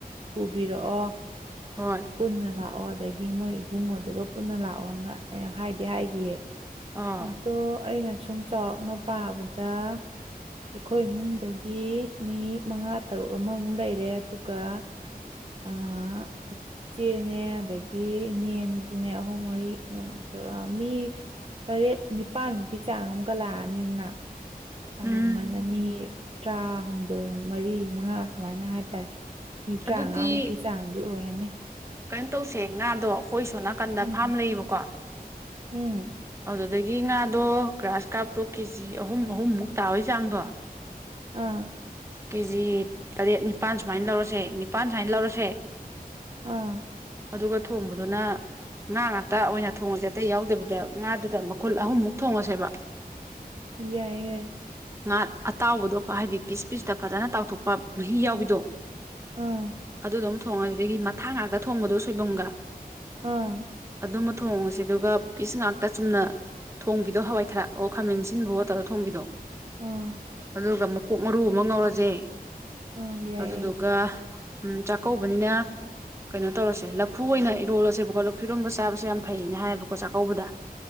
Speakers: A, on the right; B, on the right.
A: ꯄꯨꯕꯤꯔꯛꯑꯣ꯫
B: ꯍꯣꯏ꯫
A: ꯄꯨꯟꯅ ꯂꯥꯛꯑꯣ ꯑꯗꯒꯤ ꯃꯣꯏ ꯏꯕꯨꯡꯉꯣꯗꯨꯒ ꯄꯨꯟꯅ ꯂꯥꯛꯑꯣꯅ ꯑ ꯍꯥꯏꯗꯤ ꯍꯥꯏꯒꯤꯌꯦ꯫
B: ꯑꯥ
A: ꯑꯗꯣ ꯑꯩꯅ ꯁꯨꯝ ꯆꯥꯎꯔꯥꯛꯅ ꯄꯥꯕꯗ ꯑꯩꯈꯣꯏ ꯏꯃꯨꯡꯗꯒꯤ ꯃꯤ ꯃꯉꯥ ꯇꯔꯨꯛ ꯑꯃꯃꯨꯛ ꯂꯩꯔꯦ ꯑꯗꯨꯒ ꯑ ꯏ ꯆꯦꯅꯦ ꯑꯗꯒꯤ ꯏꯅꯦ ꯑꯅꯤꯆꯤꯅꯦ ꯑꯍꯨꯝ ꯃꯔꯤ ꯃꯨꯛ ꯅꯊ ꯃꯤ ꯇꯔꯦꯠ ꯅꯤꯄꯥꯟꯃꯨꯛꯀꯤ ꯆꯥꯡ ꯑꯃꯨꯛ ꯂꯥꯛꯑꯅꯤꯅ ꯑꯗꯨꯃꯥꯏꯅ
B: ꯎꯝ
A: ꯃꯤ ꯇꯔꯥꯍꯨꯝꯗꯣꯏ ꯃꯔꯤ ꯃꯉꯥ ꯁꯨꯃꯥꯏꯅ ꯍꯥꯏꯇꯥꯔꯦ ꯃꯤ
B: ꯑꯗꯨꯗꯤ
A: ꯇꯔꯥꯃꯉꯥꯃꯨꯛꯀꯤ ꯆꯥꯡꯗꯤ ꯑꯣꯏꯔꯅꯤ
B: ꯀꯩꯅꯣ ꯇꯧꯁꯦ ꯉꯥꯗꯣ ꯑꯩꯈꯣꯏ ꯁꯣꯝ ꯅꯥꯀꯟꯗ
A: ꯎꯝ
B: ꯐꯥꯝ ꯂꯩꯌꯦꯕꯀꯣ
A: ꯎꯝ
B: ꯑꯗꯨꯗꯒꯤ ꯉꯥꯗꯣ ꯒ꯭ꯔꯥꯁ ꯀꯥꯞꯇꯣ ꯀꯦꯖꯤ ꯑꯍꯨꯝ ꯑꯍꯨꯝꯃꯨꯛ ꯇꯥꯕꯒꯤ ꯆꯥꯡꯗꯣ
A: ꯑꯥ
B: ꯀꯦꯖꯤ ꯇꯔꯦꯠ ꯅꯤꯄꯥꯟ ꯁꯨꯃꯥꯏꯟ ꯂꯧꯔꯁꯦ ꯅꯤꯄꯥꯟ ꯁꯨꯃꯥꯏꯟ ꯂꯧꯔꯁꯦ
A: ꯑꯥ
B: ꯑꯗꯨꯒ ꯊꯣꯡꯕꯗꯨꯅ ꯉꯥ ꯉꯥꯛꯇ ꯑꯣꯏꯅ ꯊꯣꯡꯉꯁꯦ ꯑꯇꯩ ꯌꯥꯎꯗꯕꯤꯗ ꯉꯥꯗꯨꯗ ꯑꯃꯨ <unintelligible> ꯈꯨꯜ <unintelligible> ꯑꯍꯨꯝꯃꯨꯛ ꯊꯣꯡꯉꯁꯦꯕ
A: ꯌꯥꯏ ꯌꯥꯏ
B: ꯉꯥ ꯑꯇꯥꯎꯕꯗꯣ ꯍꯥꯏꯗꯤ ꯄꯤꯁ ꯄꯤꯁꯇ ꯐꯖꯅ ꯇꯥꯎꯊꯣꯛꯄ ꯃꯍꯤ ꯌꯥꯎꯕꯤꯗꯣ
A: ꯑꯥ
B: ꯑꯗꯨꯗꯨꯃ ꯊꯣꯡꯉꯁꯤ ꯑꯗꯒꯤ ꯃꯊꯥ ꯉꯥꯛꯇ ꯊꯣꯡꯕꯗꯣ ꯁꯣꯏꯕꯨꯝꯒ
A: ꯑꯥ
B: ꯑꯗꯨꯃ ꯊꯣꯡꯉꯁꯤ ꯑꯗꯨꯒ ꯄꯤꯁ ꯉꯥꯛꯇ ꯆꯨꯝꯅ ꯊꯣꯡꯕꯤꯗꯣ ꯍꯋꯥꯏ ꯊꯔꯥꯛ ꯑꯣ ꯈꯥꯃꯦꯟ ꯑꯁꯤꯟꯕꯣ ꯇꯧꯔ ꯊꯣꯡꯕꯤꯗꯣ
A: ꯑꯥ
B: ꯑꯗꯨꯒ ꯃꯀꯣꯛ ꯃꯔꯨ ꯑꯃ ꯉꯧꯔꯁꯦ
A: ꯑꯥ ꯌꯥꯏꯌꯦ
B: ꯑꯗꯨꯗꯨ ꯑꯗꯨꯒ ꯆꯥꯛꯀꯧꯕꯅꯤꯅ ꯀꯩꯅꯣ ꯇꯧꯔꯁꯦ ꯂꯐꯨ ꯑꯣꯏꯅ ꯏꯔꯣꯜꯂꯁꯦꯕꯀꯣ ꯂꯐꯨ ꯏꯔꯣꯝꯕ ꯆꯥꯕꯁꯦ ꯌꯥꯝ ꯐꯩꯌꯦꯅ ꯍꯥꯏꯌꯦꯕꯀꯣ ꯆꯥꯛꯀꯧꯕꯗ <unintelligible>